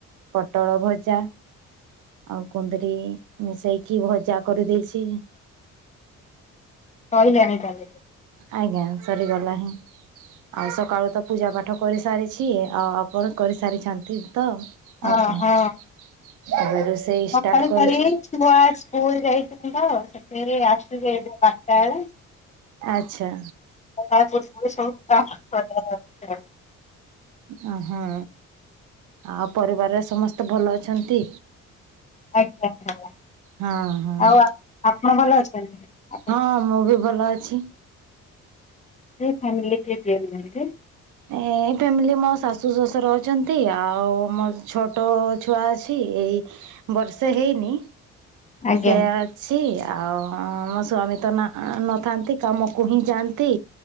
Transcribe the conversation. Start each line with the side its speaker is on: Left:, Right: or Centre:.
Right: ପୋଟଳ ଭଜା। ଆଉ କୁନ୍ଦିରି ମିଶେଇକି ଭଜା କରିଦେଇଛି।
Left: କହିଲେଣି କାଲିଠୁ।
Right: ଆଜ୍ଞା ସରିଗଲାହିଁ ଆଉ ସକାଳୁ ତ ପୂଜା ପାାଠ କରିସାରିଛି ଆଉ ଆପଣ କରିସାରିଛନ୍ତି ତ?
Left: ହଁ
Right: ଆଉ କଣ
Left: ହଁ
Right: ଏବେ ରୋଷେଇ
Left: ସକାଳୁ
Right: ଷ୍ଟାର୍ଟ କରୁଛୁ।
Left: ଖାଲି ଛୁଆ ସ୍କୁଲ୍ ଯାଇଛନ୍ତିତ ସେଠି ଆସିବେ ଏବେ ବାରଟା ବେଳେ।
Right: ଆଚ୍ଛା।
Left: ଲ ପବ ସବୁ କ ଅ ଆ <inaudible>
Right: ଓଁ ହଁ ଆଉ ପରିବାରରେ ସମସ୍ତେ ଭଲ ଅଛନ୍ତି?
Left: ଆଜ୍ଞା ଭଲ।
Right: ହଁ ହଁ।
Left: ଆଉ ଆପଣ ଭଲ ଅଛନ୍ତି? ଆପଣ
Right: ହଁ ମୁଁ ବି ଭଲ ଅଛି।
Left: କେ ଫ୍ୟାମିରେ କେଏ ଦେନ୍ତି <inaudible>
Right: ଏ ଫ୍ୟାମିଲି ମୋ ଶାଶୁ ଶ୍ୱଶୁର ଅଛନ୍ତି ଆଉ ମୋର ଛୋଟ ଛୁଆ ଅଛି ଏଇ ବର୍ଷେ ହେଇନି
Left: ଆଜ୍ଞା।
Right: ସେ ଅଛି ଆଉ ମୋ ସ୍ଵାମୀ ତ ନଥାନ୍ତି କାମକୁ ହିଁ ଯାଆନ୍ତି।